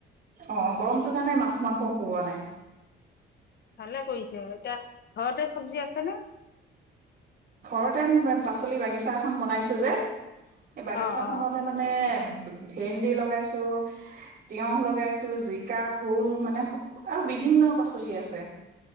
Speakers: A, on the right (about 55°); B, on the left (about 55°).
A: অ', গৰমটোৰ কাৰণে মাছ-মাংস খুওৱা নাই।
B: ভালে কৰিছে আৰু এতিয়া ঘৰতে চব্জি আছে ন
A: ঘৰতে আনম পাচলি বাগিচা এখন বনাইছো যে স বাগিছা
B: অ',
A: খতে
B: অ',
A: মানে ভেন্দি লগাইছো তিয়হ লগাইছো জিকা ভোল মানে আৰু বিভিন্ন পাচলি আছে